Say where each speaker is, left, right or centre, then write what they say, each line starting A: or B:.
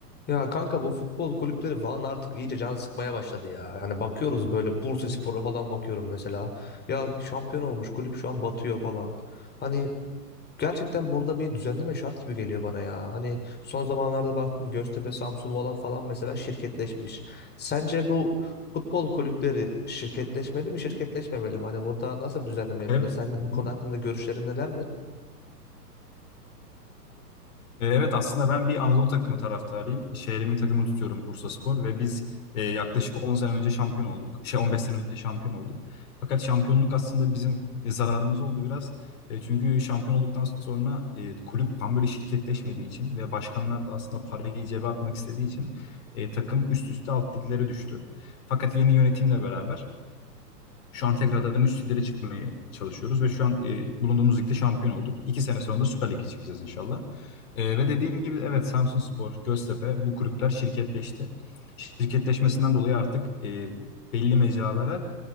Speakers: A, on the left; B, on the left.
A: Ya kanka bu futbol kulüpleri falan artık iyice can sıkmaya başladı ya. Yani bakıyoruz böyle Bursaspor'a falan bakıyorum mesela. Ya şampiyon olmuş kulüp şu an batıyor falan. Hani gerçekten burada bir düzenleme şart gibi geliyor bana ya. Hani son zamanlarda baktım Göztepe, Samsun falan falan mesela şirketleşmiş. Sence bu futbol kulüpleri şirketleşmeli mi, şirketleşmemeli mi? Hani burada nasıl bir düzenleme yapılır?
B: Ev-
A: Sen
B: Hı hı.
A: bu konu hakkında görüşlerin nelerdir?
B: E, Evet aslında ben bir Anadolu takımı taraftarıyım. Şehrimin takımını tutuyorum Bursaspor ve biz e, yaklaşık 10 sene önce şampiyon olduk. Şey 15 sene önce şampiyon olduk. Fakat şampiyonluk aslında bizim e, zararımız oldu biraz. E, çünkü şampiyon olduktan sonra e, kulüp tam böyle şirketleşmediği için ve başkanlar da aslında parayı cebe atmak istediği için e, takım üst üste alt liglere düştü. Fakat yeni yönetimle beraber Şu an tekrardan üst liglere çıkmaya çalışıyoruz ve şu an e, bulunduğumuz ligde şampiyon olduk. İki sene sonra da Süper Lig'e çıkacağız inşallah. E, ve dediğin gibi evet Samsunspor, Göztepe bu kulüpler şirketleşti. Şirketleşmesinden dolayı artık e, belli mecralara